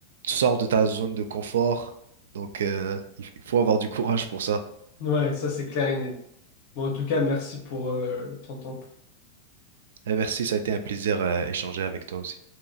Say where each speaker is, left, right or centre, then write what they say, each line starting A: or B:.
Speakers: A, on the right (about 90°); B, on the left (about 50°).
A: sors de ta zone de confort. Donc euh, il faut avoir du courage pour ça.
B: Ouais, ça c'est clair et net. Bon, en tout cas, merci pour euh, ton temps.
A: Et merci, ça a été un plaisir à échanger avec toi aussi.